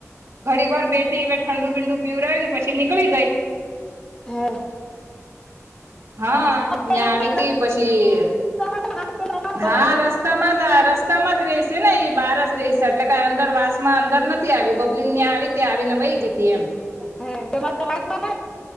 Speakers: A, on the right; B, on the left.
A: ઘડીક વાર બેઠી, હવે ઠંડુ બીંડું પીવડાવ્યું ને, પછી નીકળી ગઈ.
B: હા.
A: હા
B: પેલા
A: આવી
B: છે ને
A: તી પછી
B: રસ્તામાં છે ને હામું પેલું અમારું જ
A: હા
B: ઘર આવીએ
A: રસ <unintelligible> રસ્તામાં જ રસ્તામાં જ રહીશે ને, એ બહાર જ રહીશે, એટલે કે અંદર વાસ માં અંદર નથી આવી, બબલી ત્યાં આવી. ત્યાં આવીને, વહી ગી તી એમ.
B: હ તમાસમાં.